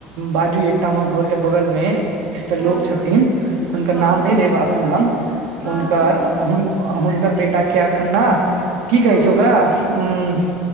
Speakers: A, on the right; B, in the centre.
A: बाजू एकटा हमर घर के बगल मे एकटा
B: हँ
A: लोग छथिन। हुनकर
B: हँ
A: नाम नै
B: कहू
A: लेब
B: ने
A: एखन हम हुनकर
B: हँ कहू ने
A: हुन। आ हुनकर बेटा के एखन ने की कहै
B: हँ
A: छै ओकरा उं।